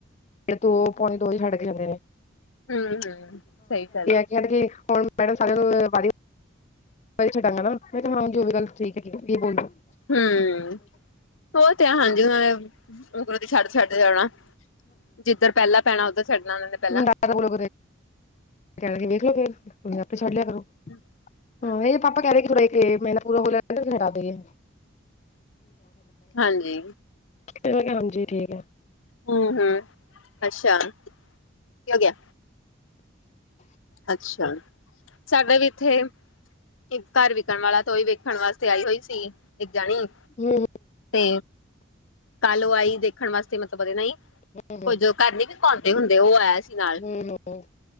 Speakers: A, on the left; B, on the left.
A: ਦੋ ਪੌਣੇ ਦੋ ਵਜੇ ਛਾੱਡ ਕੇ ਜਾਂਦੇ ਨੇ।
B: ਹਮ-ਹਮ ਸਈ ਗਾੱਲ ਹੈ।
A: ਜਦ ਕਿ ਹੁਣ ਮੈਡਮ ਸਾਰੇਆ ਨੂੰ ਵਾਰੀ। ਵ, ਛਡਾਂਗਾ ਨਾ ਮੈਂ ਕਿਹਾ ਹਾਂ ਜੋ ਵੀ ਗਾੱਲ ਠੀਕ ਹੈਗੀ ਲੀ ਬੋਲਦੀ। <unintelligible>
B: ਹਮ ਅੋ ਤੇ ਆ ਹਾਂਜੀ ਉਹਨਾਂ ਨੇ ਛਾੱਡ-ਛਾੱਡ ਜਾਣਾ। ਜਿੱਧਰ ਪੈਲਾ ਪੈਣਾ ਉੱਧਰ ਛੱਡਣਾ ਏਨਾ ਨੇ ਪੈਲ।
A: <unintelligible> ਦਦਾ ਦਾ ਬੋਲ ਕੇ ਵੇਖ ਲੋ ਫੇਰ ਤੁਸੀਂ ਆਪੇ ਛਾੱਡ ਲੇਆ ਕਰੋ।
B: ਹਮ।
A: ਹਮ ਏਹ ਦੇ ਪਾਪਾ ਕੈ ਰਹੇ ਕੇ ਮਹੀਨਾ ਪੂਰਾ ਹੋ ਜਾਏਗਾ ਫਿਰ ਹਟਾ ਦੇਗੇ।
B: ਹਾਂਜੀ।
A: ਫੇਰ ਮੈ ਕਿਆ ਹਾਂਜੀ ਠੀਕ ਐ।
B: ਹਮ-ਹਮ ਅੱਛਾ ਕਿ ਹੋ ਗੇਆ। ਅੱਛਾ ਸਾਡੇ ਵੀ ਇੱਥੇ। ਇਕ ਘਾਰ ਵਿਕਣ ਵਾਲਾ ਤਾਂ ਅੋਹੀ ਵੇਖਣ ਵਾਸਤੇ ਆਈ ਹੋਈ ਸੀ ਇੱਕ ਜਾਣੀ
A: ਹੂੰ
B: ਤੇ। ਕਾੱਲ੍ਹ ਉ ਆਈ ਦੇਖਣ ਵਾਸਤੇ ਮਤਲਬ ਅੋਦੇ ਨਈ
A: ਹੂੰ
B: ਕੋ ਜੋ ਘਾਰ ਨੀ ਵਿਕਵਾ ਉਂਦੇ ਹੁੰਦੇ ਉ ਆਇਆ ਸੀ। ਨਾਲ
A: ਹੂੰ ਹੂੰ